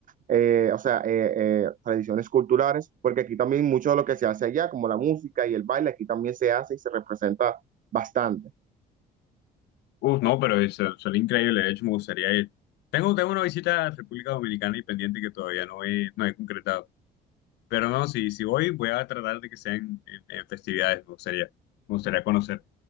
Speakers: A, on the right (about 50°); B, on the left (about 85°).
A: eh, o sea, eh, eh, tradiciones culturales, porque aquí también mucho de lo que se hace allá, como la música y el baile, aquí también se hace y se representa bastante.
B: Uf, no, pero es, son increíble. De hecho, me gustaría ir. Tengo, tengo una visita a República Dominicana y pendiente que todavía no he, no he concretado. Pero no, si, si voy, voy a tratar de que sean en, en festividades, me gustaría, me gustaría conocer.